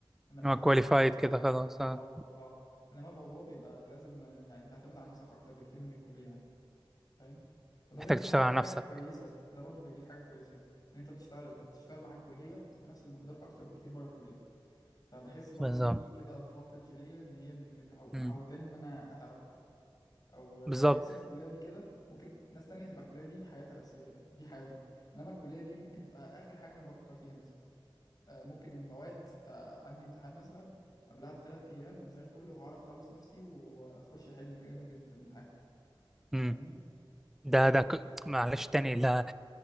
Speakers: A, on the left; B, in the centre.
A: انما
B: هو
A: عندنا
B: كواليفايد
A: الموضوع
B: كده
A: اه
B: خلاص آه.
A: اه, آه. انما الموضوع بيبقى لازم آه، يعني تعتمد على نفسك اكتر بكتير من الكليه يعني فاهم وده
B: محتاج
A: بيضيف
B: تشتغل
A: برضه
B: على
A: حاجة
B: نفسك
A: كويسة ده برضه بيضيف حاجة كويسة ان انت بتشتغل بتشتغل مع الكلية وفي نفس المقدار اكتر بكتير بره الكلية فبحس برضه
B: بالظبط
A: ان دي كده ادفانتج ليا ان هي متعو...
B: امم
A: معوداني ان انا اتعب او آه،
B: بالظبط
A: بحس ان الكلية دي كده ممكن ناس تانية تبقى الكلية دي حياتها الأساسية دي حياتهم انما الكلية دي ممكن تبقى اخر حاجة انا بفكر فيها مثلا آه، ممكن المواد آه، عندي امتحان مثلا قبلها بثلاث ايام زي الفل وهعرف اخلص نفسي واخش احل جامد جدا في الامتحان
B: امم
A: فاهمني
B: ده ده ك... معلش تاني لا